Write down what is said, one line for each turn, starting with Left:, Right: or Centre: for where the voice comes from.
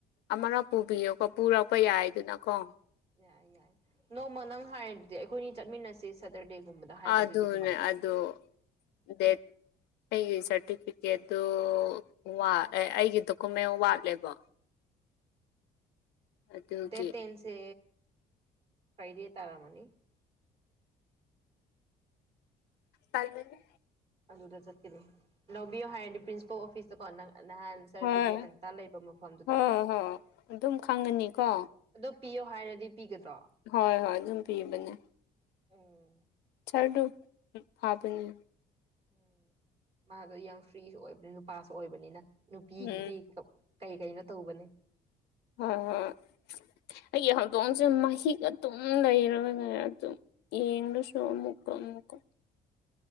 Left: ꯑꯃꯔ ꯄꯨꯕꯤꯌꯣꯀꯣ ꯄꯨꯔꯛꯄ ꯌꯥꯏꯗꯅꯀꯣ
Right: ꯌꯥꯏ ꯌꯥꯏ ꯅꯣꯡꯃ ꯅꯪ ꯍꯥꯏꯔꯗꯨꯗꯤ ꯑꯩꯈꯣꯏꯅꯤ ꯆꯠꯃꯤꯟꯅꯁꯤ ꯁꯦꯇꯔꯗꯦꯒꯨꯝꯕꯗ ꯍꯥꯏꯕꯗꯨꯗꯤ
Left: ꯑꯗꯨꯅꯦ
Right: ꯀꯃꯥꯏ
Left: ꯑꯗꯨ ꯗꯦꯠ ꯑꯩꯒꯤ ꯁꯥꯔꯇꯤꯐꯤꯀꯦꯠꯇꯣꯠ ꯑꯩꯒꯤ ꯗꯣꯀꯨꯃꯦꯟ ꯋꯥꯠꯂꯦꯕꯣ ꯑꯗꯨꯒꯤ
Right: ꯗꯦꯠ ꯇꯦꯟꯁꯦ ꯐ꯭ꯔꯥꯏꯗꯦ ꯇꯥꯔꯝꯃꯅꯤ
Left: ꯇꯜꯂꯤꯅꯦ꯫
Right: ꯑꯗꯨꯗ ꯆꯠꯀꯅꯤ ꯂꯧꯕꯤꯌꯣ ꯍꯥꯏꯔꯗꯤ ꯄ꯭ꯔꯤꯟꯁꯤꯄꯥꯜ ꯑꯣꯐꯤꯁꯇꯀꯣ ꯅꯪ ꯅꯍꯥꯟ ꯁꯥꯔ
Left: ꯍꯣꯏ
Right: ꯕꯤꯗ꯭ꯦꯀꯟꯇꯥ ꯂꯩꯕ ꯃꯐꯝꯗꯨꯗ
Left: ꯍꯣꯏ ꯍꯣꯏ ꯑꯗꯨꯝ ꯈꯪꯒꯅꯤꯀꯣ
Right: ꯎ ꯑꯗꯨ ꯄꯤꯌꯣ ꯍꯥꯏꯔꯗꯤ ꯄꯤꯒꯗ꯭ꯔꯣ
Left: ꯍꯣꯏ ꯍꯣꯏ ꯑꯗꯨꯝ ꯄꯤꯕꯅꯦ
Right: ꯎꯝ
Left: ꯁꯥꯔꯗꯨ ꯐꯕꯅꯤ
Right: ꯎꯝ ꯃꯥꯗꯣ ꯌꯥꯝ ꯐ꯭ꯔꯤꯁꯨ ꯑꯣꯏꯕꯅꯤ ꯅꯨꯄꯥꯁꯨ ꯑꯣꯏꯕꯅꯤꯅ ꯅꯨꯄꯤꯒꯤꯗꯤ
Left: ꯎꯝ
Right: ꯀꯩ ꯀꯩꯅꯣ ꯇꯧꯕꯅꯦ
Left: ꯍꯣꯏ ꯍꯣꯏ ꯑꯩꯒꯤ ꯍꯧꯗꯣꯡꯁꯦ ꯃꯍꯤꯛ ꯑꯗꯨꯝ ꯂꯩꯔꯒꯅꯦ ꯑꯗꯨꯝ ꯌꯦꯡꯔꯁꯨ ꯑꯃꯨꯛꯀꯥ ꯑꯃꯨꯛꯀꯥ